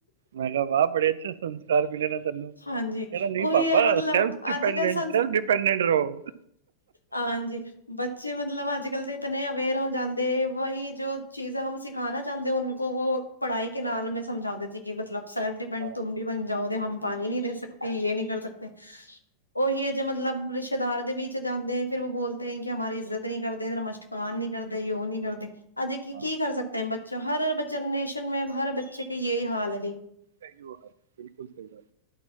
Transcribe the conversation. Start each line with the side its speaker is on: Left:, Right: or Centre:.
Right: ਮੈਂ ਕਿਹਾ ਵਾਹ ਬੜੇ ਅੱਛੇ ਸੰ <unintelligible> ਤੈਨੂੰ
Left: ਹਾਂਜੀ
Right: ਕਹਿੰਦਾ ਨਹੀਂ
Left: ਉਹੀ
Right: ਪਾਪਾ
Left: ਹੈ ਮਤਲਬ
Right: ਸੈਲਫ ਡਿਪੇਡਅਡ,
Left: ਅੱਜ ਕੱਲ ਸੰਸ
Right: ਸੈਲਫ ਡਿਪੇਡਅਡ ਰਹੋ।
Left: ਹਾਂਜੀ। ਬੱਚੇ ਮਤਲਬ ਅੱਜ, ਕੱਲ੍ਹ ਤਾਂ ਇਤਨੇ ਅਵੇਅਰ ਹੋ ਜਾਂਦੇ ਵਹੀ ਜੋ ਚੀਜ਼ ਹਮ ਸਿਖਾਣਾ ਚਾਹੁੰਦੇ ਉਹਨੂੰ। <unintelligible> ਪੜ੍ਹਾਈ ਕੇ ਨਾਲ
Right: ਹਾਂ
Left: ਮੈਂ ਸਮਝਾਦੇਤੀ ਸੀ ਕਿ ਮਤਲਬ ਸਲਫ ਡਿਪੈਂਡ
Right: ਹਾਂ
Left: ਤੁਮ ਵੀ ਬਣ ਜਾਓ ਤੇ ਹਮ ਪਣੀ ਨਹੀਂ ਦੇ ਸਕਦੇ ਇਹ ਨਹੀਂ। ਕਰ ਸਕਦੇ। ਉਹੀ ਅਜੇ ਮਤਲਬ ਰਿਸ਼ਤੇਦਾਰ ਦੇ ਵਿੱਚ ਜਾਂਦੇ ਫਰ ਉਹ ਬੋਲਦੇ ਕਿ ਹਮਾਰੀ ਇੱਜ਼ਤ ਨਹੀਂ ਕਰਦੇ ਨਮਸ਼ਕ। ਕ ਨੀ ਕਰਦੇ ਯ ਨੀ ਕਰਦੇ। ਅੱਜ ਕੀ,
Right: ਹਾਂ
Left: ਕੀ ਕਰ ਸਕਦੇ ਬੱਚਾ ਹਰ ਜਨਰੇਸ਼ਨ ਮ ਹਰ ਬੱਚੇ ਕੀ ਯਹੀ ਹਾਲ ਹੈ।
Right: ਸਹੀ ਉਹ ਹੈਾਲ ਬਿਲਕੁਲ ਸਹੀ ਗੱਲ।